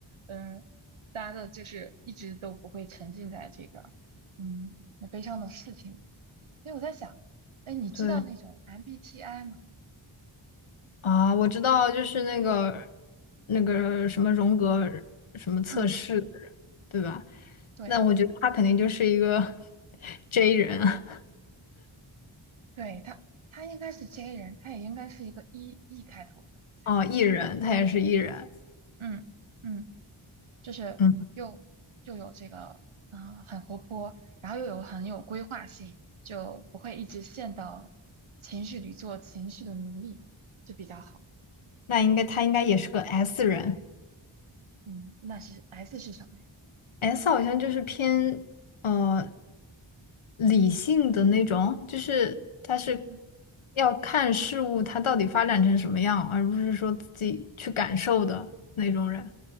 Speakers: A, on the right (about 75°); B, on the left (about 75°).
A: 嗯、呃大家的就是一直都不会沉浸在这个嗯那悲伤的事情里面。所以我在想，哎，你知道那种
B: 对。
A: MBTI 吗？
B: 啊，我知道，就是那个那个什么荣格什么测试，
A: 嗯，
B: 的人，对吧？
A: 对
B: 那我觉得他肯定就是一个 <laughs> J 人啊，
A: 对，他他应该是 J 人，他也应该是一个 E E 开头的，才，
B: 哦，E 人，他也是 E 人，
A: 嗯嗯，就是又又有这个啊、
B: 嗯，
A: 呃很活泼，然后又有很有规划性，就不会一直陷到情绪里做情绪的奴隶，就比较好。
B: 那应该他应该也是个 S 人
A: 嗯，那是 S 是什么呀？
B: ，S 好像就是偏呃理性的那种，就是他是
A: 嗯。
B: 要看事物它到底发展成什么样，而不是说自己去感受的那种人，